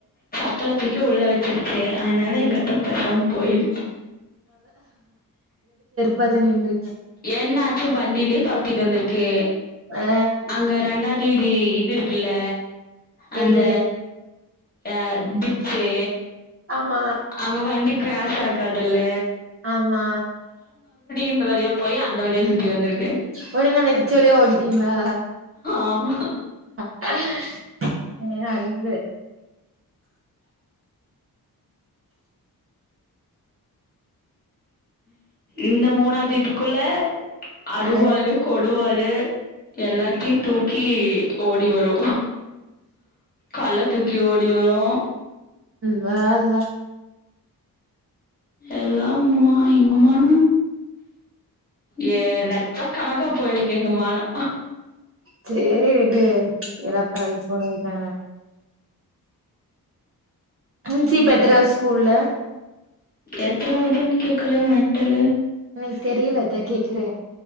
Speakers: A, on the left; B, on the right.
A: சப்பல தூக்கி உள்ள வெச்சிருச்சு அதுனால எங்க அத்த பேசாம் போயிருச்சு
B: பதினென்று
A: என்னா ச்சு வண்டிலியே தொரத்திட்டு வந்துருக்கு
B: ஆ
A: அங்க ரண்டா ஜி டி இது இருக்குல்ல அந்த
B: எது
A: அ டிச்சு
B: ஆமா
A: அங்க வண்டிப் கிராஸ் ஆகாதில்ல
B: ஆமா
A: இந்த வழியாப் போயி அந்த வழியா சுத்தி வந்துருக்
B: ஓ நீங்க அந்த டிச்சு வழிய ஓடிட்டீங்ளா
A: ஆமா
B: <unintelligible>
A: இந்த மூணா தேதிக்குள்ள அருவாலு
B: ஆ
A: கொடு ருவாலு எல்லாத்யு தூக்கி ஓடி வரு கல்ல தூக்கி ஓட் டி வரு
B: வா ல
A: எல்லாம் மா எங்க மானமு ஏ லட்சக்கணக்கா போயிருக்கு எங்க மான
B: சேரி விடு ஏல்லா பழக் போனதுதான ஹன்சி பெத்தராஜ் ஸ்கூல்ல
A: எத்தானாவதுன் கேக்குற மெண்டலு
B: எனக் தெரியல அதை கேக்றே